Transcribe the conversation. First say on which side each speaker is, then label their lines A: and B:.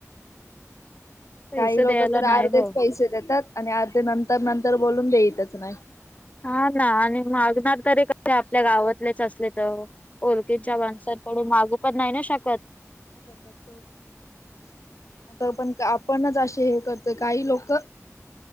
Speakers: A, on the left (about 25°); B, on the left (about 70°).
A: पैसे
B: काही लोकं
A: द्यायला
B: तर
A: नाही
B: अर्धेच
A: हो
B: पैसे देतात, आणि अर्धे नंतर नंतर बोलून देईतच नाही.
A: हा ना आणि मागणार तरी कसे आपल्या गावातलेच असले तर ओर्गिडच्या माणसांकडून मागू पण नाही शकत
B: शपथच आता पण आपणच असे हे करतोय काही लोक